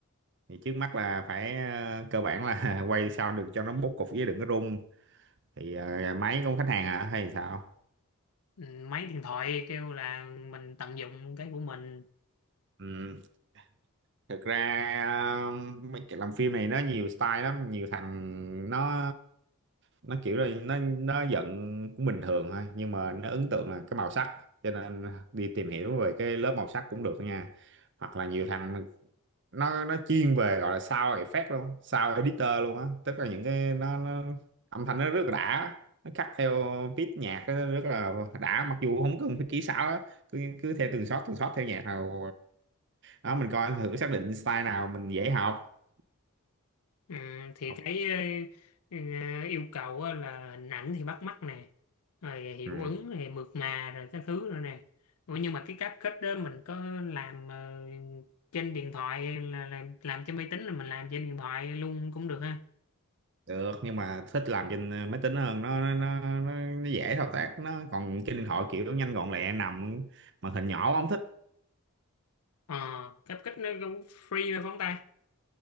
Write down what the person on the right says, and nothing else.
thì trước mắt là phải ờ, cơ bản là <laughs> quay sao được cho nó bố cục với đừng có rung thì ờ, máy của khách hàng hả hay sao
ừ. thực ra ờ, mấy cái làm phim này nó nhiều style lắm nhiều thằng nó nó kiểu là nó nó giận cũng bình thường thôi nhưng mà nó ấn tượng là cái màu sắc cho nên đi tìm hiểu về cái lớp màu sắc cũng được nha hoặc là nhiều thằng nó nó chuyên về gọi là sound effect luôn sound editor luôn á tức là những cái nó, nó âm thanh nó rất là đã nó cắt theo beat nhạc nó rất là đã mặc dù không cần phải kỹ xảo á cứ, cứ theo từng shot từng shot theo nhạc nào đó mình coi thử xác định style nào mình dễ học
học
ừ.
được nhưng mà thích làm trên ờ, máy tính hơn nó nó nó nó, nó dễ thao tác nó còn trên điện thoại kiểu nó nhanh gọn lẹ nằm màn hình nhỏ không thích